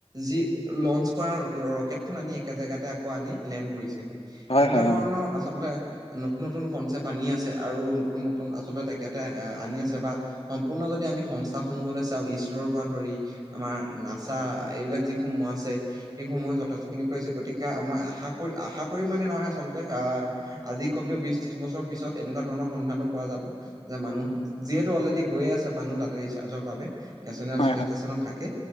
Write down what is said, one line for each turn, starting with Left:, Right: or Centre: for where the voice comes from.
Right: যি লঞ্চ কৰা ৰকেট খন আনি একে জেগাতে আকৌ আনি লেণ্ড কৰিছে।
Left: হয়
Right: তেনেকুৱা
Left: হয় হয়
Right: ধৰণৰ
Left: অ
Right: আচলতে নতুন-নতুন কনচেপ আনি আছে। আৰু নতুন-নতুন নতুন আচলতে তেখেতে আনি আছে বা সম্পূৰ্ণ যদি আমি সংস্থাসমূহলৈ চাও ইছৰৰ পৰা ধৰি আমাৰ নাচা এইবিলাক যিসমূহ আছে। সেইসমূহে যথেষ্টখিনি কৰি আছে। গতিকে মই আশা কৰি - আশা কৰি মানে নহয় আচলতে আহ আজি কমেও বিশ, ত্ৰিশ বছৰ পিছত এনেকুৱা ধৰণৰ সন্ধানো পোৱা যাব যে মানুহ যিহেতু অলৰেডি গৈয়ে আছে মানুহ তাতে ৰিচাৰ্জৰ বাবে। নেশ্যনেল
Left: হয়
Right: স্পেচ
Left: হয়
Right: ষ্টেচনত থাকে।